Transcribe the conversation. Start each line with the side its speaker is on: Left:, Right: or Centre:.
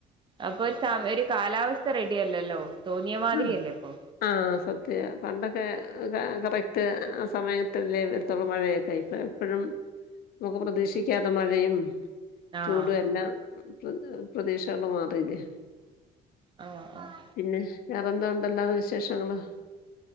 Right: അപ്പൊ ഒരു ഒരു കാലാവസ്ഥ റെഡിയല്ലല്ലോ തോന്നിയ മാതിരിയല്ലേ
Left: ആഹ്.
Right: അപ്പൊ
Left: ആഹ് സത്യ പണ്ടൊക്കെ കറക്റ്റ് ആ സമയത്തല്ലേ വരത്തുള്ള മഴയൊക്കെ ഇപ്പം പ്പോഴും നമുക്ക് പ്രതീക്ഷിക്കാത്ത മഴയും
Right: ആഹ്
Left: ചൂട് എല്ലാ പ്ര പ്രദിശകളും മാറില്ലേ
Right: ആഹ് ആഹ്
Left: പിന്നെ വേറെന്തോ ഉണ്ടല്ലാതെ വിശേഷങ്ങളോ